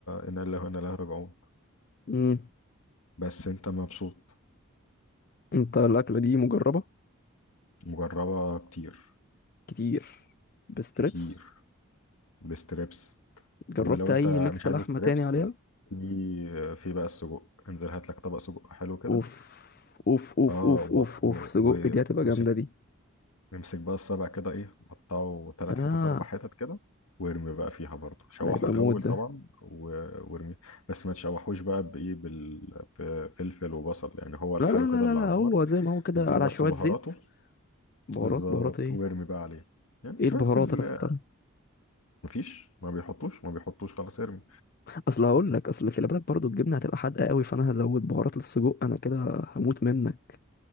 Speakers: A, on the left; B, on the left.
A: انا اللي هنا لا راجعون
B: امم
A: بس انت مبسوط
B: انت الاكله دي مجربه
A: مجربه كتير
B: كتير بستريبس
A: كتير بستريبس
B: جربت
A: ولو
B: اي
A: انت
B: ميكس
A: مش عايز
B: لحمه
A: ستريبس
B: تاني عليها
A: في في بقى السجق انزل هات لك طبق سجق حلو كده
B: اوف اوف اوف
A: اه
B: اوف
A: و-
B: اوف اوف
A: و-
B: سجق
A: وامسك
B: دي هتبقى جامده دي
A: امسك بقى السبع كده ايه قطعه ثلاث
B: اه
A: حتت اربع حتت كده وارمي بقى فيها برضه شوحه
B: ده هيبقى
A: الاول
B: موت ده
A: طبعا و- وارميه بس ما تشوحوش بقى بايه بال- بفلفل وبصل يعني هو لحاله
B: لا لا لا
A: كده
B: لا
A: اللي
B: لا
A: على
B: هو
A: النار
B: زي ما هو كده
A: اديله
B: على
A: بس
B: شويه
A: بهاراته
B: زيت بهارات
A: بالظبط
B: بهارات ايه
A: وارمي بقى عليه يعني
B: ايه
A: شوية
B: البهارات
A: ال
B: اللي تحت عليها
A: مفيش ما بيحطوش ما بيحطوش خلاص ارمي
B: اصل هقول لك اصل خلي بالك برضو الجبنه هتبقى حادقه قوي فانا هزود بهارات للسجق انا كده هموت منك